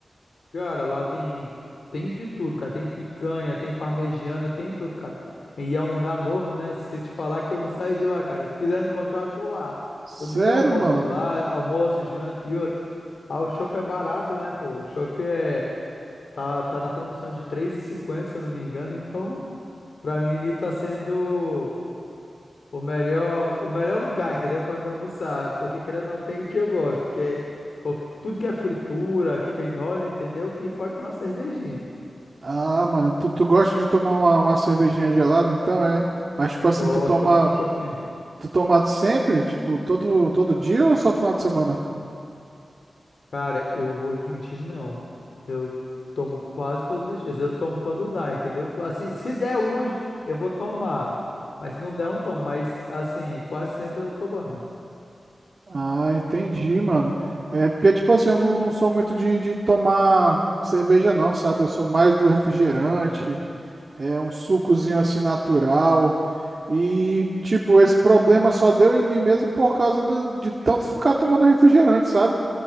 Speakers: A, on the left; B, on the right.
A: Cara, lá tem, tem de tudo, cara. Tem picanha, tem parmegiana, tem tudo, cara. E é um lugar novo, né? Se eu te falar que eu não saio de lá, cara. Se quiser me encontrar, eu tô lá.
B: Sério,
A: Todo dia eu almoço
B: mano?
A: lá, almoço, janta e outra. Lá o chopp é barato, né, pô? O chopp é, tá, tá na promoção de três e cinquenta se eu não me engano, então. Pra mim, ali tá sendo o melhor, o melhor lugar, entendeu? Pra mim almoçar. Porque querendo ou não, tem o que eu gosto, que é qualquer- tudo que é fritura, que tem óleo, entendeu? E fora que tem uma cervejinha.
B: Ah, mano, tu, tu gosta de tomar uma, uma cervejinha gelada, então é? Mas tipo assim,
A: Gosto,
B: tu toma,
A: gosto de um choppzinho.
B: tu toma sempre? Tipo, todo, todo dia ou só final de semana?
A: Cara, eu vou te mentir, não. Eu tomo quase todos os dias. Eu tomo quando dá, entendeu? Assim, se der hoje, eu vou tomar. Mas se não der, eu não tomo. Mas, assim, quase sempre eu tô tomando.
B: Ah, entendi, mano. É porque, tipo assim, eu não, não sou muito de, de tomar cerveja, não, sabe? Eu sou mais do refrigerante,
A: Sim, sim.
B: é um sucozinho assim natural. E, tipo, esse problema só deu em mim mesmo por causa do- de tanto ficar tomando refrigerante, sabe?